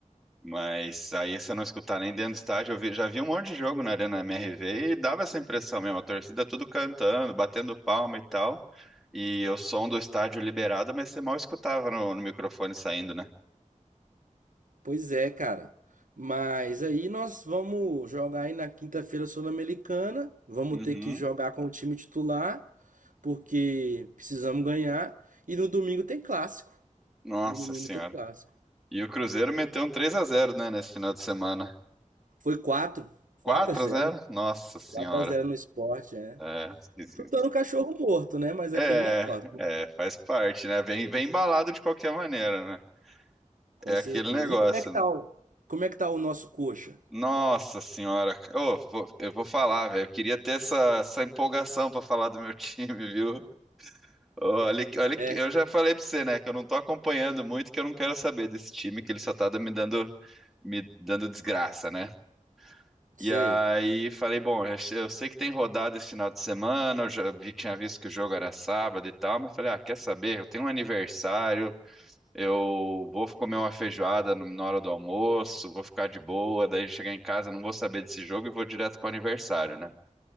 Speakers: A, in the centre; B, on the right.
A: Mas aí você não escutar nem dentro do estádio, eu vi- já vi um monte de jogo na Arena MRV e dava essa impressão mesmo, a torcida tudo cantando, batendo palma e tal. E o som do estádio liberado, mas você mal escutava no, no microfone saindo, né?
B: Pois é, cara. Mas aí nós vamos jogar aí na quinta-feira Sul-Americana. Vamos
A: Uhum.
B: ter que jogar com o time titular, porque precisamos ganhar. E no domingo tem clássico.
A: Nossa
B: No domingo
A: senhora.
B: tem clássico.
A: E o Cruzeiro meteu um 3 a zero, né, nesse final de semana.
B: Foi 4,
A: quatro
B: quatro a zero,
A: a zero? Nossa senhora.
B: quatro a zero no esporte, é.
A: É, esquisito.
B: Chutando o cachorro morto, né? Mas é
A: é,
B: aquele negócio, né?
A: é, faz parte, né? Vem, vem embalado de qualquer maneira, né?
B: Com
A: É
B: certeza.
A: aquele negócio.
B: E como é que tá o, como é que tá o nosso coxa?
A: Nossa senhora, Ô, vou- eu vou falar, velho. Eu queria ter essa, essa empolgação pra falar do meu <laughs> time, viu? Ô, Olha, que- olha, que-
B: É,
A: eu já falei pra você, né, que eu não tô acompanhando muito, que eu não quero saber desse time, que ele só tá me dando, me dando desgraça, né?
B: sei.
A: E aí falei, bom, eu sei eu sei que tem rodada esse final de semana, eu já vi- tinha visto que o jogo era sábado e tal, mas falei, ah, quer saber? Eu tenho um aniversário, eu vou comer uma feijoada no- na hora do almoço, vou ficar de boa, daí chegar em casa não vou saber desse jogo e vou direto pro aniversário, né?